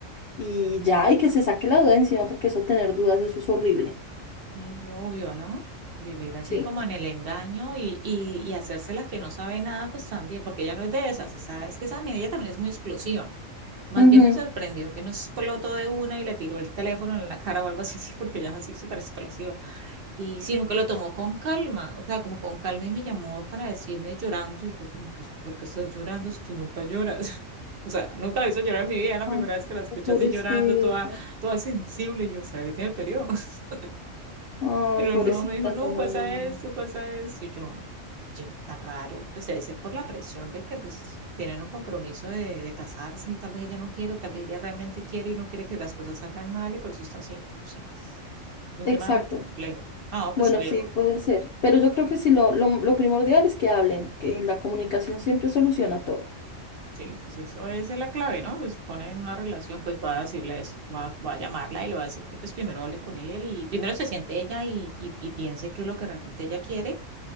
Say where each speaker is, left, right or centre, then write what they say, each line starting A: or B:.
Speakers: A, on the left; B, on the right.
A: Y ya, y que se saque la duda de encima porque eso tener dudas, eso es horrible.
B: Sí, obvio, ¿no? Vivir así
A: Sí.
B: como en el engaño y, y, y hacerse la que no sabe nada, pues también, porque ella no es de esas, esa- es que esa mira, ella también es muy explosiva. Más
A: Ujú.
B: bien me sorprendió que no explotó de una y le tiró el teléfono en la cara o algo así, <laughs> porque ella es así súper explosiva. Y sino que lo tomó con calma, o sea, como con calma y me llamó para decirme llorando y yo como que, ¿por qué estás llorando si tú nunca lloras? <laughs> O sea, nunca la hizo llorar en mi vida, la
A: Ay,
B: primera vez que la escuché
A: pobrecita.
B: así llorando, toda, toda sensible, y yo, ¿será que tiene el periodo? <laughs>
A: Ay,
B: Pero
A: pobrecita.
B: no, me dijo, no,
A: No, no,
B: pasa
A: no, no, no.
B: esto, pasa esto, y yo, yo, tan raro, pues debe ser por la presión de que pues tienen un compromiso de, de casarse y tal vez ella no quiere, o tal vez ella realmente quiere y no quiere que las cosas salgan mal y por eso está así, no sé, es un
A: Exacto.
B: tema re complejo. Ah,
A: Bueno,
B: pues Leo
A: sí, puede ser. Pero yo creo que sí, lo, lo, lo primordial es que hablen, que la comunicación siempre soluciona todo.
B: Sí, pues eso es la clave, ¿no? Se supone en una relación, pues va a decirle eso, va, va a llamarla y le va a decir que pues primero hable con él y primero se siente ella y, y, y piense que es lo que realmente ella quiere